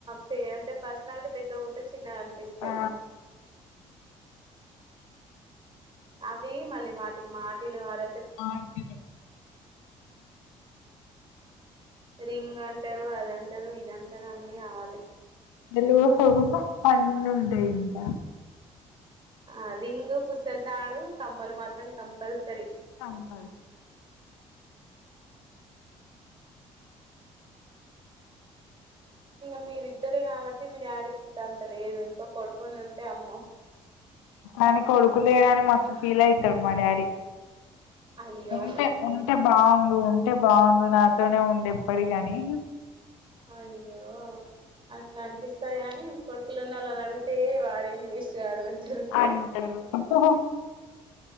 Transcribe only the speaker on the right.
పే అంటే పర్సనాలిటీ పెద్దగా ఉంటే చిన్నగా అనిపిస్తాయి
అవే మళ్ళీ మాటికి మాటిలు వర
రింగ్ అంటారు అదంటారు ఇదంటారు అన్ని కావాలి
ఆ రింగు పుస్తలు తాడు కమ్మలు మాత్రం కంపల్స్
ఇంకా మీరిద్దరే కాబట్టి మీ డాడికి ఇంకా అంత లేదు ఇంకో కొడుకు ఉంటే అమ్మో
అయ్యో
అయ్యో అట్లా అనిపిస్తాది గాని కొడుకులు ఉన్న అలాని అడిగితే వాడైన్ది వేస్ట్ గాడు అంటారు